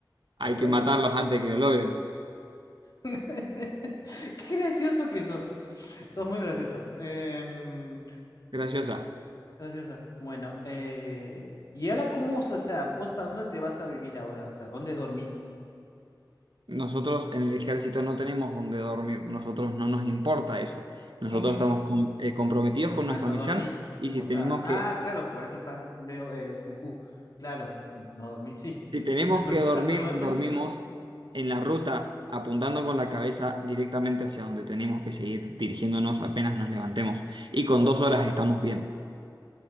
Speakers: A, on the right (about 80°); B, on the left (about 50°).
A: Hay
B: Después
A: que matarlos antes de que lo logren.
B: <laughs> Qué gracioso que sos. Sos muy graciosa. Em,
A: Graciosa.
B: graciosa. Bueno, eh, ¿y ahora cómo, o sea, vos a dónde te vas a vivir ahora? O sea, ¿dónde dormís?
A: Nosotros en el ejército no tenemos dónde dormir. Nosotros no nos importa eso. Nosotros
B: Ujú.
A: estamos com- eh, comprometidos con
B: Ah,
A: nuestra
B: no
A: misión.
B: dormís.
A: Y si
B: O sea,
A: tenemos
B: ah,
A: que
B: claro, por eso estás medio eh, cucú. Claro, no dormís, sí.
A: Si tenemos
B: <laughs> Una persona
A: que dormir,
B: no duerme
A: dormimos en la ruta, apuntando con la cabeza directamente hacia donde tenemos que seguir dirigiéndonos apenas nos levantemos. Y con dos horas estamos bien.